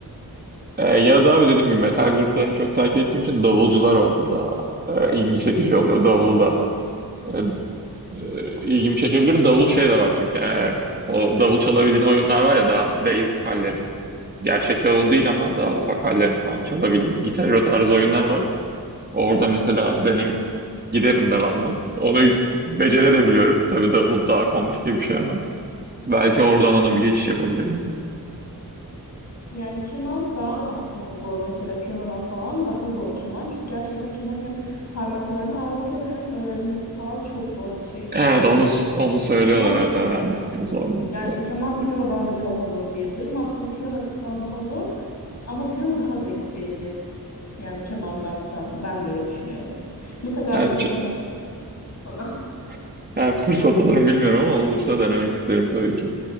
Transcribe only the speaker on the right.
Ee, ya da dediğim gibi metal gruplarını çok takip ettiğim için davulcular orada da e, ilgi çekici oluyor davulda. E, e, ilgimi çekebilir. Davul şey de var çünkü. e, o davul çalabildiğin oyunlar var ya daha basic hallerini. Gerçek davul değil ama daha ufak hallerini falan çalabildiğin gitar o tarz oyunlar var. Orada mesela benim giderim devamlı. Onu becerebiliyorum. Tabii davul daha komplike bir şey ama. Belki oradan ona bir geçiş yapabilirim.
Evet onu onu söylüyorlar
evet öğrenmesini zorlanıyor.
Doğru.
Evet,
ç-
<laughs> yani fırsat alırım bilmiyorum ama olursa denemek isterim tabii ki.